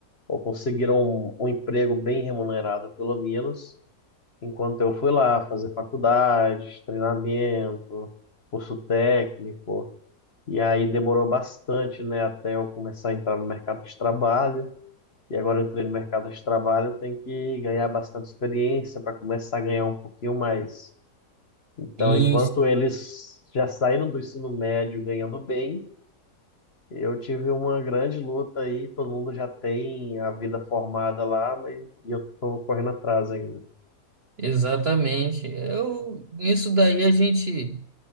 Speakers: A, on the left; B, on the right.
A: ou conseguiram um, um emprego bem remunerado, pelo menos, enquanto eu fui lá fazer faculdades, treinamento, curso técnico. E aí demorou bastante, né, até eu começar a entrar no mercado de trabalho. E agora eu entrei no mercado de trabalho, eu tenho que ganhar bastante experiência para começar a ganhar um pouquinho mais. Então,
B: Sim,
A: enquanto eles já saíram do ensino médio ganhando bem, eu tive uma grande luta aí, todo mundo já tem a vida formada lá, mas e eu tô correndo atrás ainda.
B: exatamente. Eu, nisso daí a gente